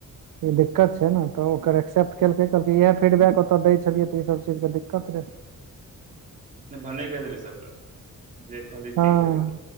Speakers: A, on the right; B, on the right.
A: ई दिक्कत छै न त ओकर एक्सप्ट केलकै इएह फीटबैक ओते दय छलिय त ई सब चीज के दिक्क कत रे
B: नहि भने द देलिय सबटा जे कहॉलीय ठीके
A: हँ
B: कहलि